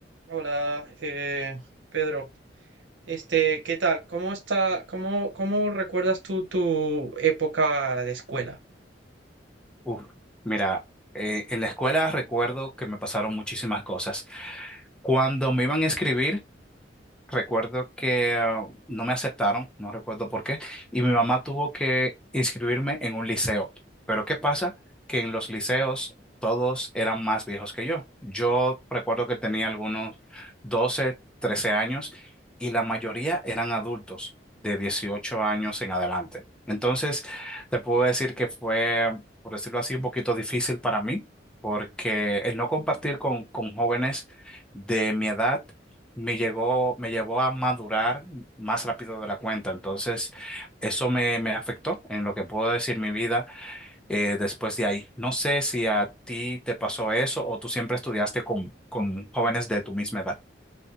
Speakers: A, on the right (about 80°); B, in the centre.
A: Hola, eh, Pedro. Este, ¿qué tal? ¿Cómo está, cómo, cómo recuerdas tú tu época de escuela?
B: Uf, mira, eh, en la escuela recuerdo que me pasaron muchísimas cosas. Cuando me iban a escribir, Recuerdo que ah, no me aceptaron, no recuerdo por qué, y mi mamá tuvo que inscribirme en un liceo. Pero ¿qué pasa? Que en los liceos todos eran más viejos que yo. Yo recuerdo que tenía algunos 12 13 años y la mayoría eran adultos de 18 años en adelante. Entonces, te puedo decir que fue, por decirlo así, un poquito difícil para mí, porque el no compartir con, con jóvenes de mi edad me llegó, me llevó a madurar más rápido de la cuenta. Entonces, eso me, me afectó en lo que puedo decir mi vida eh, después de ahí. No sé si a ti te pasó eso o tú siempre estudiaste con, con jóvenes de tu misma edad.